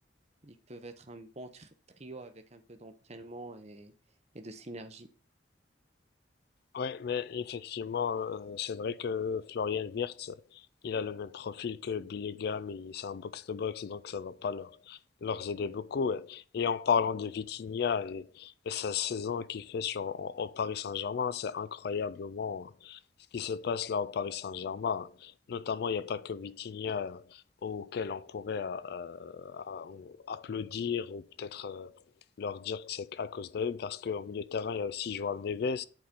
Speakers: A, on the right (about 35°); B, on the left (about 55°).
A: Ils peuvent être un bon tri- trio avec un peu d'entraînement et, et de synergie.
B: Ouais, mais effectivement, euh, c'est vrai que Florian Wirtz, il a le même profil que Billy Graham, et c'est un box-to-box, donc ça va pas leur, leur aider beaucoup. ouais. Et en parlant de Vitinha et, et sa saison qu'il fait sur, en- au Paris Saint-Germain, c'est incroyablement euh, ce qui se passe là au Paris Saint-Germain. Notamment, il n'y a pas que Vitinha euh, auquel on pourrait euh, euh, applaudir ou peut-être euh, leur dire que c'est à cause d'eux, parce qu'au milieu de terrain, il y a aussi Joao Neves,